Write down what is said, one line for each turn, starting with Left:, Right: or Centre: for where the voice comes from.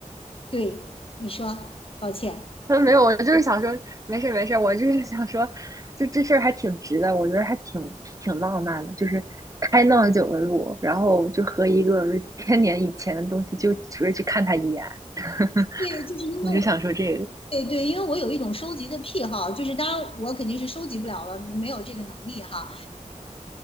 Left: 对你说，抱歉。
Right: <laughs> 嗯，没有，我就是想说，没事没事，我就是想说，就这事儿还挺值的，我觉得还挺挺浪漫的，就是开那么久的路，然后就和一个千年以前的东西，就只为去看他一眼，<laughs>
Left: 对，就是因为
Right: 我就想说这个，
Left: 对对，因为我有一种收集的癖好，就是当然我肯定是收集不了了，没有这个能力哈，